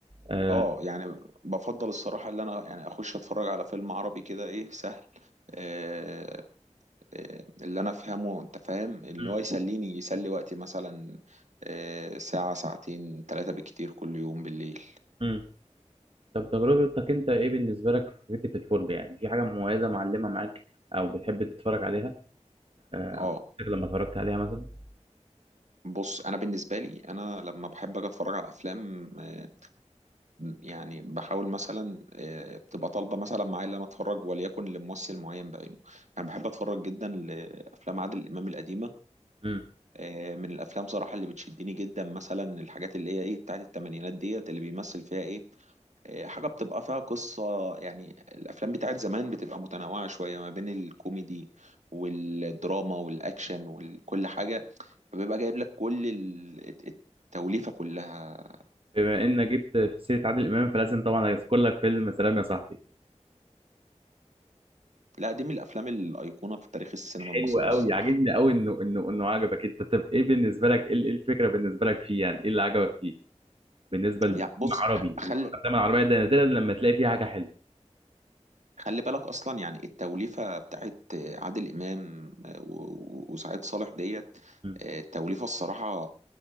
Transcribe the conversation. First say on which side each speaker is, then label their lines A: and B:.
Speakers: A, on the right; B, on the right.
A: آه،
B: اه يعني بفضل الصراحه ان انا يعني اخش اتفرج على فيلم عربي كده ايه سهل آه، آه، اللي انا افهمه انت فاهم اللي
A: مم.
B: هو يسليني يسلي وقتي مثلا آه، ساعه ساعتين ثلاثه بالكتير كل يوم بالليل
A: مم. طب تجربتك انت ايه بالنسبه لك في فكره الفرجه يعني في حاجه مميزه معلمه معاك او بتحب تتفرج عليها آه،
B: اه
A: لما اتفرجت عليها مثلا
B: بص انا بالنسبه لي انا لما بحب اجي اتفرج على افلام آه، يعني بحاول مثلا آه، بتبقى طالبه مثلا معايا ان انا اتفرج وليكن لممثل معين بعينه انا بحب اتفرج جدا لافلام عادل امام القديمه
A: مم.
B: آه، من الافلام صراحه اللي بتشدني جدا مثلا الحاجات اللي هي ايه بتاعت الثمانينات ديت اللي بيمثل فيها ايه إيه، حاجة بتبقى فيها قصة يعني الأفلام بتاعت زمان بتبقى متنوعة شوية ما بين الكوميدي والدراما والأكشن وكل حاجة فبيبقى جايب لك كل ال- الت- التوليفة كلها
A: بما انك جبت في سيره عادل امام فلازم طبعا اذكر لك فيلم سلام يا صاحبي
B: لا دي من الأفلام الأيقونة في تاريخ السينما
A: حلو
B: المصرية
A: قوي
B: الصراحة
A: عاجبني قوي انه انه انه عجبك انت طب ايه بالنسبه لك ايه إيه الفكره بالنسبه لك فيه يعني ايه اللي عجبك فيه بالنسبه للفيلم
B: يعني بص
A: العربي
B: خلي
A: والافلام العربيه ده نادرا لما تلاقي فيها حاجه حلوه
B: خلي بالك اصلا يعني التوليفه بتاعت عادل امام آه، و- و- وسعيد صالح ديت
A: م.
B: آه، التوليفه الصراحه